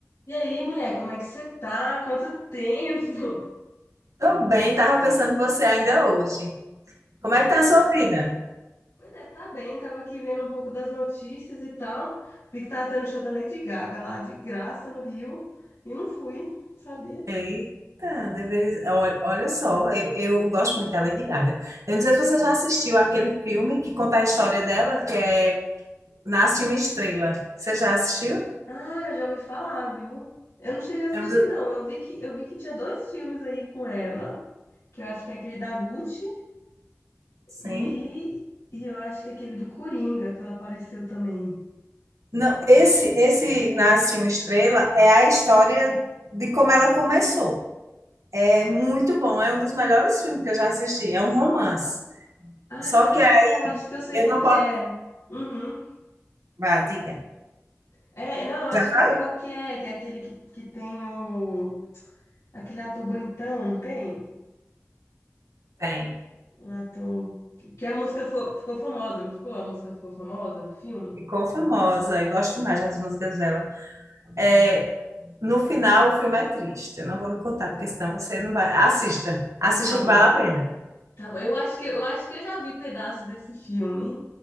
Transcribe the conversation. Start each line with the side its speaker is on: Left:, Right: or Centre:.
Left: E aí, mulher, como é que você tá? Quanto tempo? <laughs>
Right: Tô bem, tava pensando em você ainda hoje.
Left: Pois
Right: Como é que
Left: é,
Right: tá a
Left: tava.
Right: sua vida?
Left: Pois é, tá bem, tava aqui vendo um pouco das notícias e tal. Vi que tava tendo show da Lady Gaga lá, de graça no Rio. E não fui, sabia?
Right: Eita, deveria... ol- Olha só, eu, eu gosto muito da Lady Gaga. Eu não sei se você já assistiu aquele filme que conta a história dela, que é Nasce uma Estrela. Você já assistiu?
Left: Ah, eu já ouvi falar, viu? Eu não cheguei a assistir,
Right: É um do-
Left: não. Eu vi que, eu vi que tinha dois filmes aí com ela, que eu acho que é aquele da Gucci
Right: Sim.
Left: e, e eu acho que é aquele do Coringa, que ela apareceu também.
Right: Não, esse, esse Nasce uma Estrela é a história de como ela começou. É muito bom, é um dos melhores filmes que eu já assisti. É um romance.
Left: Ah,
Right: Só que aí
Left: eu acho que eu sei
Right: eu
Left: qual
Right: não
Left: que
Right: posso...
Left: é. Uhum.
Right: Vá, diga.
Left: É, não, acho
Right: Já sabe?
Left: que eu sei qual que é, que é aquele que, que tem o... Aquele ator bonitão, não tem?
Right: Tem.
Left: Um ator... Que a música fo- ficou famosa, não ficou? A música ficou famosa do filme?
Right: Ficou famosa, eu gosto demais das músicas dela. É, no final, o filme é triste. Eu não vou lhe contar, porque senão você não vai. Assista, assista
Left: Tá bom,
Right: que vale a pena.
Left: tá bom. Eu acho que, eu acho que eu já vi pedaço desse filme,